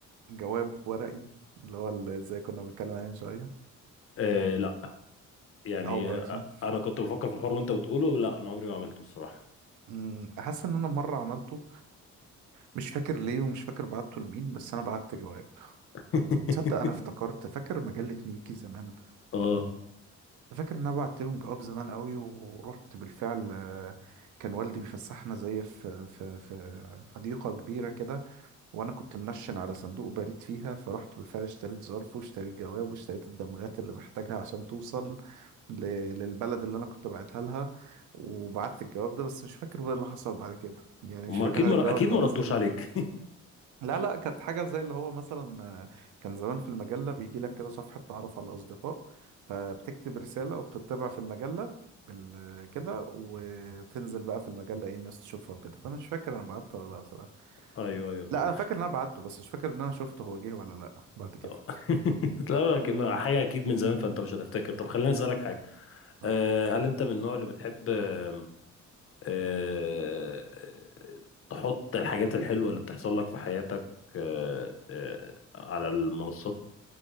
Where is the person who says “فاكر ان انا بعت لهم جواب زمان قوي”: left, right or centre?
Right